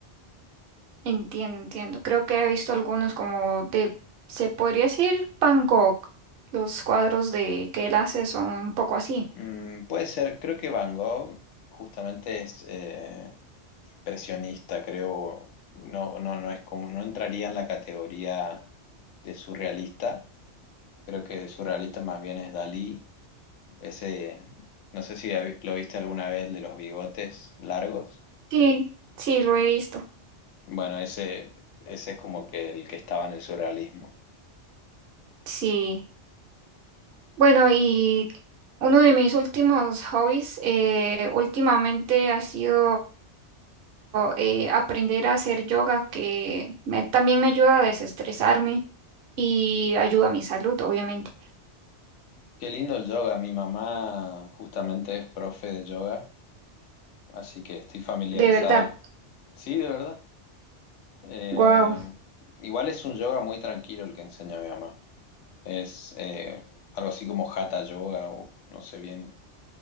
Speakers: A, on the right (about 65°); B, on the left (about 85°).
A: Entiendo, entiendo. Creo que he visto algunos como de, se podría decir Van Gogh. Los cuadros de que él hace son un poco así.
B: Mm, puede ser, creo que Van Gogh justamente es, eh, expresionista, creo, no, no, no es como, no entraría en la categoría de surrealista. Creo que surrealista más bien es Dalí. Ese, no sé si hab- lo viste alguna vez, el de los bigotes largos.
A: Sí, sí, lo he visto.
B: Bueno, ese, ese es como que el que estaba en el surrealismo.
A: Sí. Bueno, y uno de mis últimos hobbies eh, últimamente ha sido eh, aprender a hacer yoga, que me- también me ayuda a desestresarme y ayuda a mi salud, obviamente.
B: Qué lindo el yoga. Mi mamá justamente es profe de yoga, así que estoy familiarizado.
A: De verdad,
B: Sí, de verdad. Eh,
A: wow.
B: igual es un yoga muy tranquilo el que enseña mi mamá. Es eh, algo así como Hatha Yoga, o no sé bien